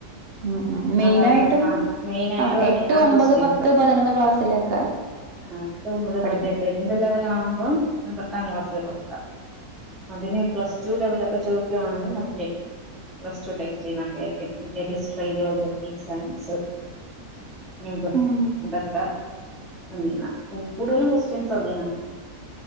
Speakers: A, on the right; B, in the centre.
A: ഉം ഉം മെയിനായിട്ടും
B: അതാണ് ആ മെയിനായിട്ടും
A: ആ
B: അതീന്നാ
A: എട്ട് ഒമ്പത്
B: ക്വസ്റ്റ്യൻസ്.
A: പത്ത് പതിനൊന്ന് ക്ലാസ്സിലൊക്കെ
B: ആ എട്ട് ഒമ്പത്
A: പഠിക്കണം
B: മതിട്ടോ ഇന്റെ ലെവലാവുമ്പോ ഞാൻ പറ പത്താം ക്ലാസ് വരേ ഒള്ളതാ അതിനെ പ്ലസ് ടു ലെവലൊക്കെ ചോദിക്കുവാണെങ്കിൽ മറ്റേ പ്ലസ് ടു ടെക്സ്റ്റീന്നൊക്കെ ആയിരിക്കും. മറ്റേ ഹിസ്റ്ററി ജോഗ്രഫി സയൻസ് <unintelligible>
A: ഉം
B: അതൊക്കെ അതീന്നാ, കൂടുതലും കൊസ്റ്റ്യൻസ് അതീന്നാ.